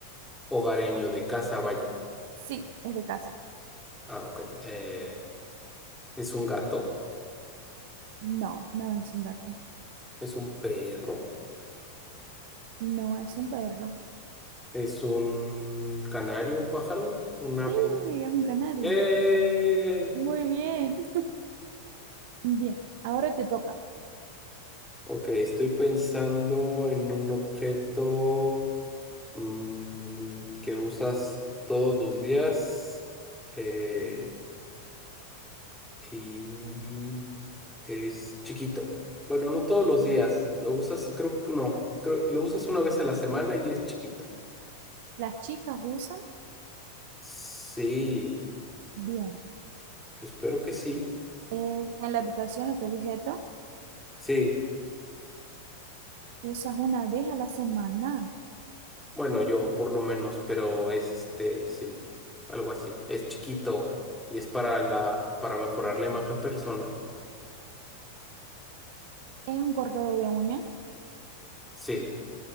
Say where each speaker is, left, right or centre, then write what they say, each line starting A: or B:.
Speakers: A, in the centre; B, on the right.
A: Hogareño de casa, vaya.
B: sí, es de casa.
A: Ah, ok. Eh, ¿es un gato?
B: No, no es un gato.
A: ¿Es un perro?
B: No es un perro.
A: ¿Es un canario, un pájaro, un ave?
B: Sí, es un canario.
A: ¡Eh!
B: Muy bien. Bien, ahora te toca.
A: Ok, estoy pensando en un objeto mm, que usas todos los días eh, y es chiquito. Bueno, no todos los días, lo usas, creo que no, creo- lo usas una vez a la semana y es chiquito.
B: Las chicas usan,
A: Sí,
B: bien,
A: espero que sí.
B: eh, está en la habitación, este objeto,
A: Sí,
B: usas una vez a la semana.
A: bueno, yo por lo menos, pero es este, sí, algo así. Es chiquito y es para la, para mejorar la imagen personal.
B: Es un cortador de uña.
A: Sí.